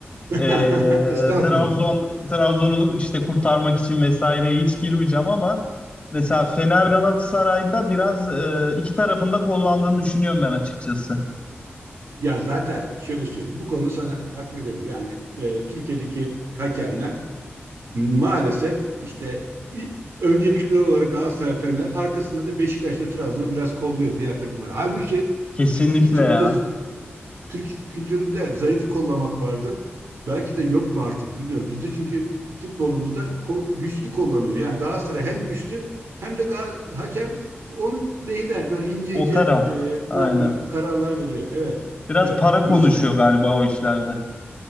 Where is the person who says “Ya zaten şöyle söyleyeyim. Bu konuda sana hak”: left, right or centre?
Right